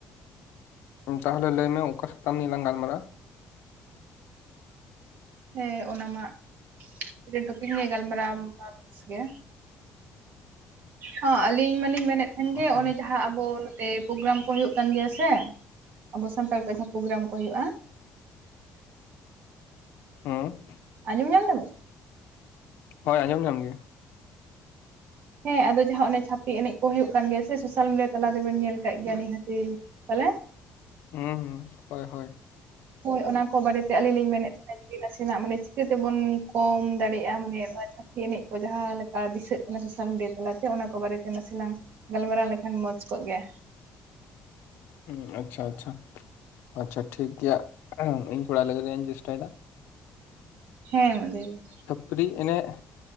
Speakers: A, on the left; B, on the right.
A: ᱛᱟᱦᱚᱞᱮ ᱞᱟᱹᱭᱢᱮ ᱚᱠᱟ ᱥᱟᱛᱟᱢ ᱞᱟᱝ ᱜᱟᱞᱢᱟᱨᱟᱣ-ᱟ᱾
B: ᱦᱮᱸ ᱚᱱᱟᱢᱟ ᱢᱤᱫᱴᱮᱱ ᱴᱚᱯᱤᱠ ᱱᱤᱭᱮ ᱜᱟᱞᱢᱟᱨᱟᱣ- ᱢᱮ ᱵᱮᱥ ᱜᱮ ᱦᱚᱸ ᱟᱹᱞᱤᱧ ᱢᱟᱞᱤᱧ ᱢᱮᱱᱮᱫ ᱛᱟᱦᱮᱱ
A: ᱦᱩᱸ
B: ᱜᱮ ᱚᱱᱮ ᱡᱟᱦᱟᱸ ᱟᱵᱚ ᱛᱮ ᱯᱨᱳᱜᱨᱟᱢ ᱠᱚ ᱦᱩᱭᱩᱜ ᱠᱟᱱ ᱜᱮᱭᱟ ᱥᱮ ᱟᱵᱚ ᱥᱟᱱᱛᱟᱲ ᱠᱚᱣᱟᱜ ᱡᱟᱦᱟᱸ ᱯᱨᱳᱜᱨᱟᱢ ᱠᱚ ᱦᱩᱭᱩᱜᱼᱟ᱾
A: ᱦᱮᱸ <unintelligible>
B: ᱟᱸᱢᱚᱢ ᱧᱟᱢ ᱮᱫᱟ ᱵᱮᱱ?
A: ᱦᱳᱭ ᱟᱸᱡᱚᱢ ᱧᱟᱢ ᱜᱮ,
B: ᱦᱮᱸ ᱟᱫᱚ ᱡᱟᱦᱟᱸ ᱪᱷᱟᱯᱨᱤ ᱮᱱᱮᱡ ᱠᱚ ᱦᱩᱭᱩᱜ ᱠᱟᱱ ᱜᱮᱭᱟ, ᱥᱮ ᱥᱳᱥᱟᱞ ᱢᱤᱰᱤᱭᱟ ᱛᱟᱞᱟᱛᱮ ᱵᱮᱱ ᱧᱮᱞ ᱠᱟᱜ ᱜᱮᱭᱟ ᱱᱤᱦᱟᱹᱛᱤ ᱛᱚᱞᱮ <unintelligible>
A: ᱦᱩᱸ ᱦᱩᱸ ᱦᱳᱭ ᱦᱳᱭ
B: ᱦᱳᱭ ᱚᱱᱟ ᱠᱚ ᱵᱟᱨᱮᱛᱮ ᱟᱹᱞᱤᱧ ᱞᱤᱧ ᱢᱮᱱᱮᱫ ᱛᱟᱦᱮᱱᱟ ᱡᱮ ᱱᱟᱥᱮᱱᱟᱜ ᱢᱟᱱᱮ ᱪᱤᱠᱟᱹ ᱛᱮᱵᱚᱱ ᱠᱚᱢ ᱫᱟᱲᱮᱭᱟᱜᱼᱟ, ᱢᱟᱱᱮ ᱱᱚᱣᱟ ᱮᱱᱮᱡ ᱠᱚ ᱡᱟᱦᱟᱸ ᱞᱮᱠᱟ ᱫᱤᱥᱟᱹᱜ ᱠᱟᱱᱟ ᱥᱳᱥᱟᱞ ᱢᱤᱰᱤᱭᱟ ᱛᱟᱞᱟᱛᱮ ᱚᱱᱟ ᱠᱚ ᱵᱟᱨᱮᱛᱮ ᱱᱟᱥᱮᱱᱟᱜ ᱜᱟᱞᱢᱟᱨᱟᱣ ᱞᱮᱠᱷᱟᱱ ᱢᱚᱸᱡᱽ ᱠᱚᱜ ᱜᱮᱭᱟ᱾
A: ᱦᱩᱸ ᱟᱪᱪᱷᱟ ᱟᱪᱪᱷᱟ, ᱟᱪᱪᱷᱟ ᱴᱷᱤᱠ ᱜᱮᱭᱟ ᱤᱧ ᱛᱷᱚᱲᱟ ᱞᱟᱹᱭ ᱨᱮᱭᱟᱜ ᱤᱧ ᱪᱮᱥᱴᱟᱭ ᱮᱫᱟ᱾
B: ᱦᱮᱸ ᱢᱟ ᱞᱟᱹᱭ ᱵᱤᱱ?
A: ᱟᱹᱰᱤ <unintelligible>